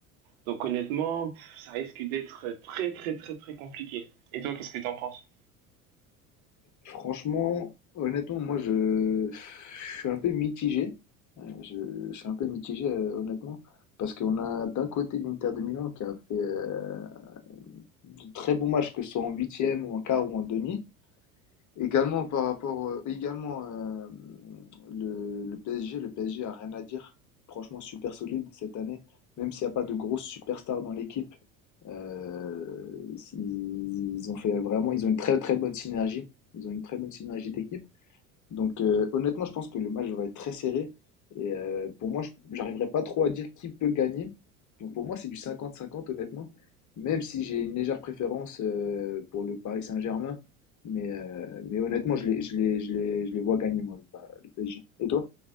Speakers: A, on the right (about 65°); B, on the left (about 45°).
A: Donc honnêtement, pff, ça risque d'être très très très très compliqué. Et toi, qu'est-ce que t'en penses?
B: Franchement, honnêtement, moi, je, je suis un peu mitigé. Euh, Je, je suis un peu mitigé, euh, honnêtement, parce qu'on a d'un côté l'Inter de Milan qui a fait euh, de très bons matchs, que ce soit en huitième ou en quart ou en demi. Également par rapport, euh, également euh, le, le PSG, le PSG a rien à dire. Franchement, super solide cette année. Même s'il n'y a pas de grosses superstars dans l'équipe, euh, ils, ils ont fait vraiment, ils ont une très très bonne synergie. Ils ont une très bonne synergie d'équipe. Donc euh, honnêtement, je pense que le match va être très serré. Et euh, pour moi, je j'arriverai pas trop à dire qui peut gagner. Donc pour moi, c'est du cinquante-cinquante, honnêtement. Même si j'ai une légère préférence euh, pour le Paris Saint-Germain. Mais, euh, mais honnêtement, je les, je les, je les, je les vois gagner, moi, le, Pa- le PSG. Et toi?